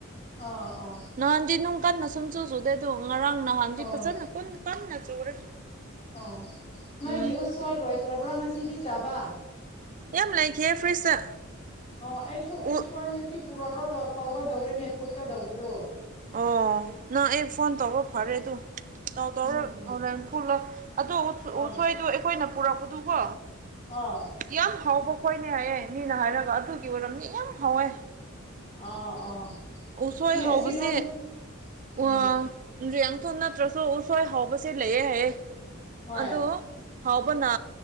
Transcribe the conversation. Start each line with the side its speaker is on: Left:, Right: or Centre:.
Left: ꯑꯥ ꯑꯥ
Right: ꯅꯍꯥꯟꯗꯤ ꯅꯨꯡ ꯀꯟꯅ ꯁꯨꯝ ꯆꯨ ꯆꯨꯗꯦ ꯑꯗꯨ ꯉꯔꯥꯡ ꯅꯍꯥꯟꯗꯤ
Left: ꯑꯣ
Right: ꯐꯖꯅ ꯀꯟꯅ ꯆꯨꯔꯦ꯫
Left: ꯑꯣ ꯅꯣꯏꯒꯤ
Right: ꯎꯝ
Left: ꯎꯠꯁꯣꯏ ꯂꯣꯏꯈ꯭ꯔꯕ꯭ꯔꯣ ꯉꯁꯤꯗꯤ ꯆꯥꯕ
Right: ꯌꯥꯝ ꯂꯩꯈꯤꯌꯦ ꯐ꯭ꯔꯤꯖꯇ
Left: ꯑꯣ ꯑꯩꯁꯨ
Right: ꯎ
Left: ꯎꯁꯣꯏ ꯉꯁꯤ ꯄꯨꯔꯛꯔ ꯀꯧꯒꯗꯧꯔꯤꯅꯦ ꯐꯨꯠꯀꯗꯧꯕꯗꯣ
Right: ꯑꯣ ꯅꯪ ꯑꯩ ꯐꯣꯟ ꯇꯧꯕ ꯐꯔꯦ ꯑꯗꯨ ꯇꯧ ꯇꯧꯔꯣ
Left: ꯎꯝ ꯎꯝ
Right: ꯍꯧꯔꯦꯟ ꯐꯨꯠꯂ ꯑꯗꯨ ꯎꯁꯨ
Left: ꯑꯥ
Right: ꯎꯁꯣꯏꯗꯣ ꯑꯩꯈꯣꯏꯅ ꯄꯨꯔꯛꯄꯗꯨꯀꯣ
Left: ꯑꯥ
Right: ꯌꯥꯝ ꯍꯥꯎꯕ ꯈꯣꯏꯅꯦ ꯍꯥꯏꯌꯦ ꯃꯤꯅ ꯍꯥꯏꯔꯒ ꯑꯗꯨꯒꯤ ꯑꯣꯏꯔꯝꯗꯤ ꯌꯥꯝ ꯍꯥꯎꯋꯦ꯫
Left: ꯑꯥ ꯑꯥ
Right: ꯎꯁꯣꯏ
Left: ꯁꯤ
Right: ꯍꯧꯕꯁꯦ
Left: ꯑꯁꯤꯔꯣꯝ
Right: ꯎꯋ
Left: ꯎꯝ
Right: ꯌꯦꯡꯊꯡ ꯅꯠꯇ꯭ꯔꯁꯨ ꯎꯁꯣꯏ ꯍꯥꯎꯕꯁꯦ ꯂꯩꯑꯦ ꯍꯥꯏꯌꯦ
Left: ꯍꯣꯏ
Right: ꯑꯗꫭ ꯍꯥꯎꯕꯅ